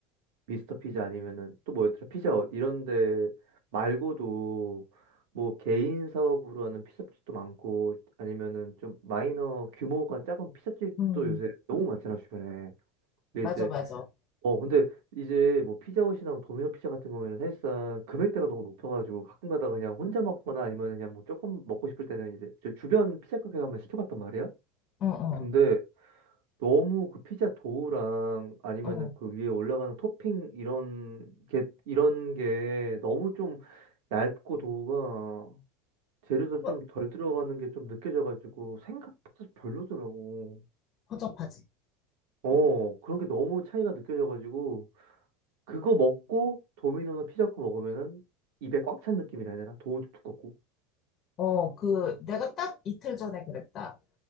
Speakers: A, on the right; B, on the left.
A: 미스터 피자 아니면은 또 뭐였더라? 피자헛 이런 데 말고도 뭐 개인 사업으로 하는 피자집도 많고 아니면은 좀 마이너 규모가 작은 피자집도
B: 음,
A: 요새 너무 많잖아 주변에. 근데
B: 맞아,
A: 이제
B: 맞아.
A: 어 근데 이제 뭐 피자헛이나 도미노 피자 같은 경우에는 사실상 금액대가 너무 높아가지고 가끔 가다가 그냥 혼자 먹거나 아니면 그냥 뭐 조금 먹고 싶을 때는 이제 제 주변 피자 가게 가면 시켜봤단 말이야.
B: 응, 응,
A: 근데 너무 그 피자 도우랑 아니면은
B: 어,
A: 그 위에 올라가는 토핑 이런 게 이런 게 너무 좀 얇고 도우가 재료도
B: 허,
A: 좀 덜 들어가는 게 좀 느껴져가지고 생각보다 별로더라고.
B: 허접하지.
A: 어 그런 게 너무 차이가 느껴져가지고 그거 먹고 도미노나 피자 먹고 먹으면은 입에 꽉 찬 느낌이라 해야 되나? 도우도 두껍고.
B: 어, 그, 내가 딱 이틀 전에 그랬다.